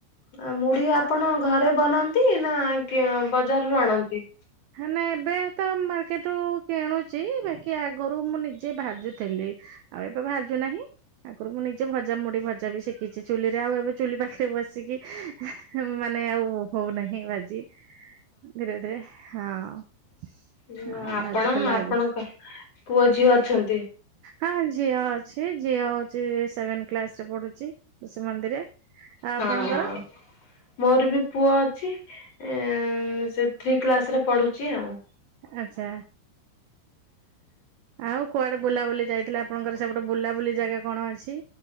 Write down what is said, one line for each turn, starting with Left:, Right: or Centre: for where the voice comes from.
Left: ଆ ମୁଢି ଆପଣ ଘରେ ବନାନ୍ତି, ନା କି ବଜାରରୁ ଆଣନ୍ତି?
Right: ନା, ଏବେ ତ ମାର୍କେଟରୁ କିଣୁଚି, ବାକି କି ଆଗରୁ ମୁଁ ନିଜେ ଭାଜୁଥେଲି, ଆଉ ଏବେ ଭାଜୁନାହିଁ ଆଗୁରୁ ମୁଁ ନିଜେ ଭଜା ମୁଡି ଭଜା ବି ଶିଖିଛି ଚୁଲିରେ ଆଉ ଏବେ ଚୁଲି ପାଖରେ ବସିକି ମାନେ ଆଉ ହଉନାହିଁ ଭାଜି। ଧିରେ ଧିରେ, ହଁ।
Left: ହଁ, ଆପଣ,
Right: ଭାଜିଥିଲେ
Left: ଆପଣଙ୍କ
Right: ଆଗ
Left: ପୁଅ ଝିଅ ଅଛନ୍ତି?
Right: ହଁ ଝିଅ ଅଛି, ଝିଅ ହଉଛି ସେଭେନ କ୍ଲାସରେ ପଢୁଛି। ଶିଶୁ ମନ୍ଦିରରେ। ଆଉ
Left: ହଁ
Right: ଆପଣଙ୍କର?
Left: ହଁ ମୋର ବି ପୁଅ ଅଛି। ସିଏ ଉମ୍ ଥ୍ରୀ କ୍ଲାସରେ ପଢୁଛି ଆଉ।
Right: ଆଚ୍ଛା। ଆଉ କୁଆଡେ ବୁଲାବୁଲି ଯାଇଥିଲେ ଆପ ଆପଣଙ୍କର ସେପଟେ ବୁଲାବୁଲି ଜାଗା କଣ ଅଛି?